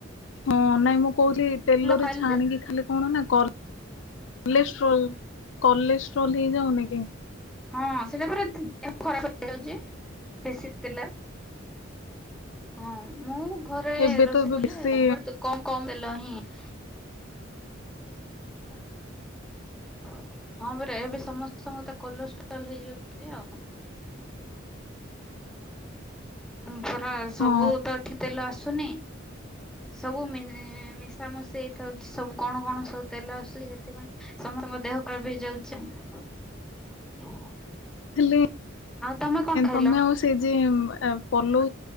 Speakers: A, on the left; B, in the centre.
A: ହଁ ନାଇଁ ମୁଁ କହୁ ତେଲ
B: ଖାଇଲେ
A: ରେ ଛାଣିକି
B: ଦେହ
A: ଖାଲି କଣ ନା କ କଲେଷ୍ଟ୍ରୋଲ <inaudible> କଲ୍ଲେେଶଵରଲ ହେଇଯାାଉ ନକି
B: ହଁ ସେଟା ପ ଦେହ ଖରାପ ହେଇଯାଉଛି ବେଶୀ ଦେଥିଲା ହଁ ମୁଁ ଘରେ
A: ଏବେ
B: ରୋଷେଇ
A: ତ ଏବେ
B: କଲେ
A: ବେଶୀ
B: ସବୁବେଳେ କ କମ ଦେ ଲ ହିଁ <inaudible> ହଁ ହଁ ହଁ ପରା ଏବେ ସମସ୍ତଙ୍କୁ ତ କଲେଷ୍ଟ୍ରଲ ହେଇଯିବ ଆଉ ପରା ସବୁ
A: ହଁ
B: ତ ଠିକ୍ ତେଲ ଆସୁନି ସବୁ ମିଶାାମଶି ହେଇଥାଉଛି ସବୁ କଣ କଣ ସବୁ ତେଲ ଆସୁଛି ସେଥିପାଇଁ ସମସ୍ତଙ୍କ ଦେହ ଖରାପ ହେଇଯାଉଛି ଆଉ।
A: ହେଲେ
B: ତମେ କଣ ଖାଇଲ
A: ତମେ ଆଉ ସେ ଯେ ପଲଉ।